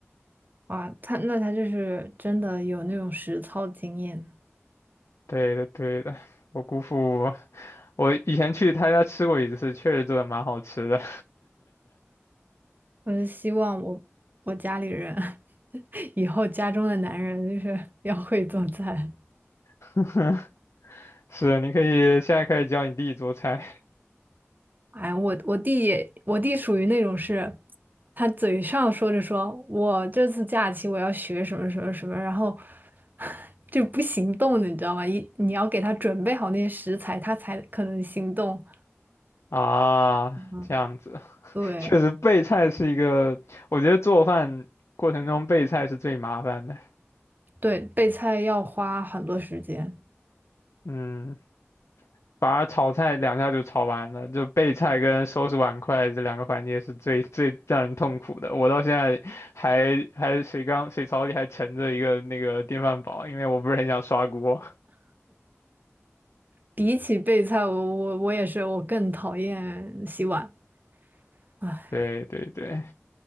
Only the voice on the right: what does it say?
啊。他那他就是真的有那种实操经验。
我就希望我我家里人 <laughs> 以后家中的男人就是要会做菜。
哎，我我弟也，我弟属于那种是，他嘴上说着说我这次假期我要学什么什么什么，然后 <laughs> 就不行动的，你知道吗？一你要给他准备好那些食材，他才可能行动。
嗯，
对
对，备菜要花很多时间。
比起备菜，我我我也是，我更讨厌洗碗。
唉，